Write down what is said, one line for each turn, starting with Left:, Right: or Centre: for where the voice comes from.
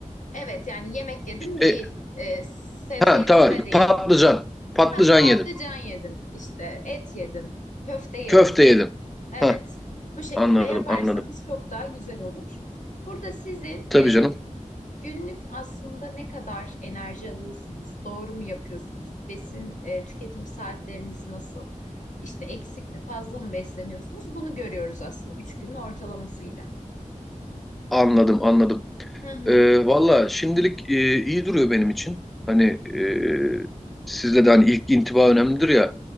Left: Evet yani yemek yedim değil,
Centre: E,
Left: e, sebze
Centre: ha
Left: yedim
Centre: tamam.
Left: de değil.
Centre: Patlıcan. Patlıcan
Left: Ha, patlıcan
Centre: yedim.
Left: yedim, işte et yedim, köfte yedim.
Centre: Köfte yedim.
Left: Evet,
Centre: Ha
Left: bu şekilde
Centre: anladım
Left: yaparsanız
Centre: anladım.
Left: çok daha güzel olur. Burada sizin
Centre: Tabii
Left: e,
Centre: canım.
Left: günlük aslında ne kadar enerji alıyorsunuz, doğru mu yapıyorsunuz, besin e, tüketim saatleriniz nasıl, işte eksik mi, fazla mı besleniyorsunuz, bunu görüyoruz aslında üç günün ortalamasıyla.
Centre: Anladım anladım.
Left: Hı hı,
Centre: Ee, valla şimdilik e, iyi duruyor benim için. Hani e, sizde de hani ilk intiba önemlidir ya.